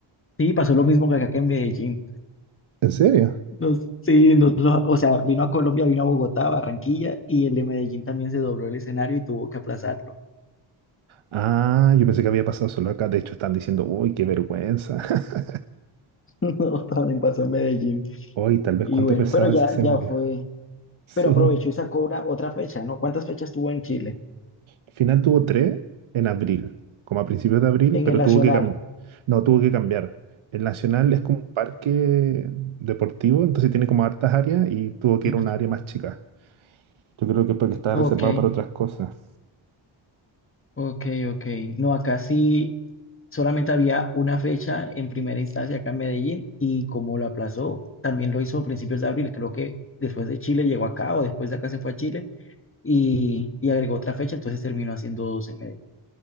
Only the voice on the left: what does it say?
Sí, pasó lo mismo que acá que en Medellín.
Nos- sí, nos lo- o sea, vino a Colombia, vino a Bogotá, Barranquilla, y el de Medellín también se dobló el escenario y tuvo que aplazarlo.
<laughs> No, también pasó en Medellín.
Y
bueno,
pero ya,
ya fue.
Pero aprovechó y sacó una, otra fecha, ¿no? ¿Cuántas fechas tuvo en Chile?
En
el Nacional.
<clears throat>
Ok.
Ok, ok. No, acá sí solamente había una fecha en primera instancia acá en Medellín y como lo aplazó, también lo hizo a principios de abril. Creo que después de Chile llegó acá o después de acá se fue a Chile y, y agregó otra fecha, entonces terminó haciendo dos en Medellín.